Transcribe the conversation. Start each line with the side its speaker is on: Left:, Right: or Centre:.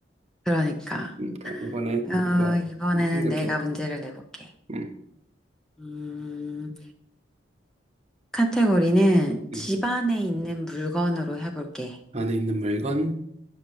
Centre: 그러니까.
Right: 그러니까 이번에
Centre: 어,
Right: 너가
Centre: 이번에는
Right: 생각해봐.
Centre: 내가 문제를 내볼게.
Right: 응,
Centre: 음, 카테고리는 집
Right: 응.
Centre: 안에 있는 물건으로 해볼게.
Right: 안에 있는 물건,